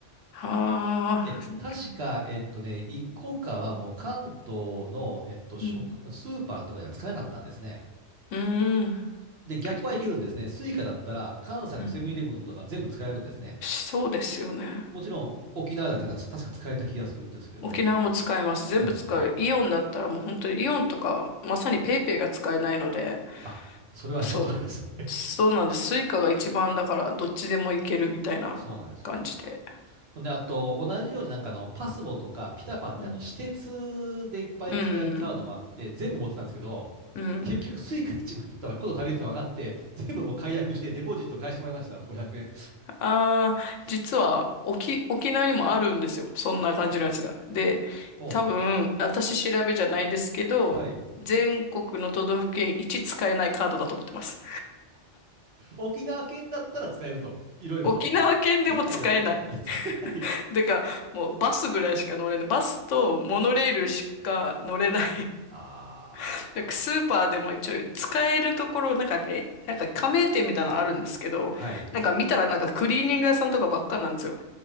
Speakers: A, on the left (about 80°); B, on the right (about 60°).
A: ああ。
B: で、確か、えっとね、一個かはもう関東の、えっと、食、
A: うん
B: スーパーとかじゃ使えなかったんですね。
A: うーん。い
B: で、逆はいけるんですね。
A: い子
B: スイカだったら関西のセブンイレブンとか全部使えるんですね。
A: うんしそうですよね。
B: もちろん沖縄だってた確か使えた気がするんですけど、
A: 沖縄も使えます。全部使う。
B: 使えますよね。
A: イオンだったらもう本当にイオンとか、まさにペイペイが使えないので、
B: あ、それはちょっとあれですね。
A: そう。そうなんです。
B: <laughs>
A: スイカが一番だから、どっちでもいけるみたいな感じで。
B: そうなんですよ。そうなんですよほんで、あと、同じようになんかあの、パスモとかピタパってあの、
A: うん。
B: 私鉄でいっぱい使えるカードもあって、
A: うん。
B: 全部持ってたんですけど、
A: うん。
B: 結局スイカ1枚あったらこと足りるってのが分かって、全部もう解約してデポジット返してもらいました。あの、500円。
A: ああ、実は、沖、沖縄にもあるんですよ。そんな感じのやつが。で、
B: おう
A: 多分、私調べじゃないですけど、
B: はい。
A: 全国の都道府県一使えないカードだと思ってます。
B: 沖縄県だったら使えると。いろいろと。
A: 沖縄県でも使えない。
B: 県内だったら <laughs> 使えない。
A: てか、もうバスぐらいしか乗れない。バスとモノレールしか乗れない。
B: あーあー、
A: <laughs> なんかスーパーでも一応使えるところ、なんかれ、なんか加盟店みたいなのあるんですけど、
B: はい。
A: なんか見たらなんかクリーニング屋さんとかばっかなんですよ。